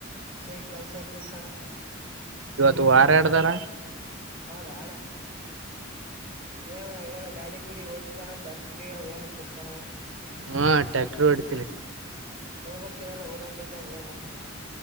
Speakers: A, on the right; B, on the right.
A: ಏ ಕೆಲ್ಸರ್ ಪಲ್ಸಣ
B: ಇವತ್ತು ವಾರಾಡ್ದಾರ
A: ಹೌದಾ ಅಣ್ಣ ಏ ಏನ ಗಾಡಿ ಇಡಿ ಒಲಿತಾನ ಟಕ್ಟ್ರಿಯ ವಏನು ಿಪ್ಪರ
B: ಹಾ ಟ್ಯಾಕ್ಟರ್ ಒಡತೀನಿ
A: ಹೋಗ್ಕ್ಕಲ್ಲ ಊರಾಕೊತ ಏನ್ ಮಾಡ್ತಿದ್ದ